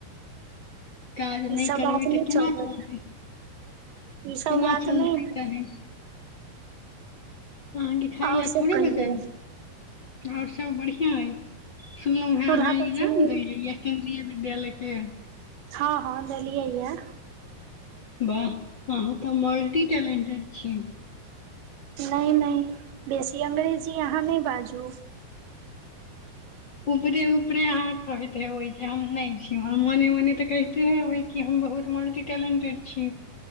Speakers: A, on the left (about 35°); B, on the right (about 90°).
A: काज नै
B: ई सब
A: करबै
B: बात नहि
A: तऽ केना
B: चलत
A: चलतै
B: ई सब
A: केना
B: बात
A: चलतै
B: नहि हैत
A: कहै अहाँ के खाय
B: आओर
A: लय
B: सब
A: थोड़े
B: कहियौ
A: बजयब और सब बढ़िया हय सुनलहुं हें
B: चूल्हा
A: अहाँ इगजाम
B: पर सुन
A: देलियै य केन्द्रीय विद्यालयके
B: हँ हँ देलियै या
A: वाह अहाँ तऽ मल्टी टैलेंटेड छि
B: नहि नहि बेसी अंग्रेजी अहाँ नहि बाजू
A: ऊपरे ऊपरे अहाँ कहैत हेबै जे हम नहि छी मने मने ते कह तेे हेबै की हम बहुत मल्टी टैलेंटेड छी